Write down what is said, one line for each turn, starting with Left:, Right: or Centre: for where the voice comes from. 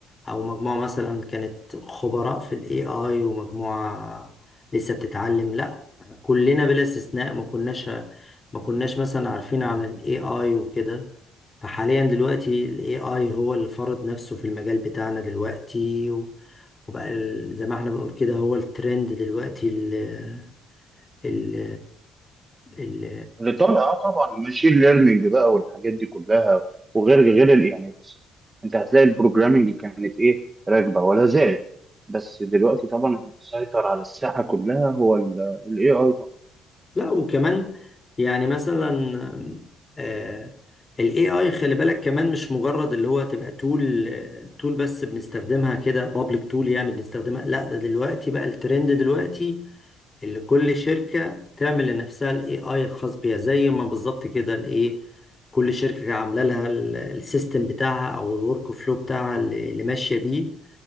Left: او مجموعة مثلا كانت خبراء في الاي اي ومجموعة لسه بتتعلم لا كلنا بلا استثناء ما كناش ما كناش مثلا عارفين عن الاي اي وكده فحاليا دلوقتي الاي اي هو اللي فرض نفسه في المجال بتاعنا دلوقتي و- وبقى ال- زي ما احنا بنقول كده هو الترند دلوقتي ال ال ال
Right: اللي طالع اه طبعا ماشين ليرنينج بقى والحاجات دي كلها وغير غير ال- يعني بص انت هتلاقي البروجرامينج كانت ايه راكبه ولا زالت بس دلوقتي طبعا اللي مسيطر على الساحه كلها هو الاي اي طبعا
Left: لا وكمان يعني مثلا آه، ال AI خلي بالك كمان مش مجرد اللي هو تبقى تول تول بس بنستخدمها كده بابليك تول يعني بنستخدمها لا ده دلوقتي بقى الترند دلوقتي اللي كل شركة تعمل لنفسها ال AI الخاص بيها زي ما بالظبط كده الايه كل شركة عاملة لها السيستم بتاعها او الورك فلو بتاعها اللي اللي ماشية بيه